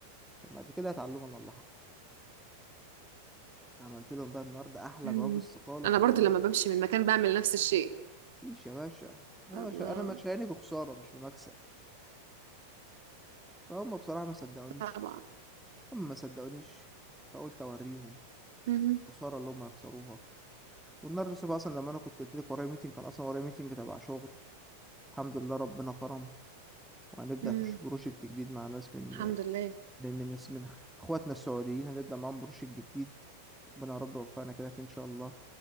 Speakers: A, in the centre; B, on the right.
A: عشان بعد كده يتعلموا ان الله حق عملت لهم بقى النهارده احلى
B: مم.
A: جواب استقالة
B: انا
A: في الدنيا
B: برضو لما بمشي من مكان بعمل نفس الشيء
A: مفيش يا باشا انا
B: الله
A: مش انا مشاني بخسارة مش بمكسب فهم بصراحة ما صدقونيش
B: طبعا
A: هم ما صدقونيش فقلت اوريهم
B: مهم.
A: خسارة اللي هم هيخسروها والنهارده الصبح اصلا لما انا كنت قلت لك ورايا ميتنج كان اصلا ورايا ميتنج تبع شغل الحمد لله ربنا كرم وهنبدأ
B: مم.
A: في بروجكت جديد مع ناس من
B: الحمد لله
A: من من من اخواتنا السعوديين هنبدأ معاهم بروجكت جديد ربنا يا رب يوفقنا كده فيه ان شاء الله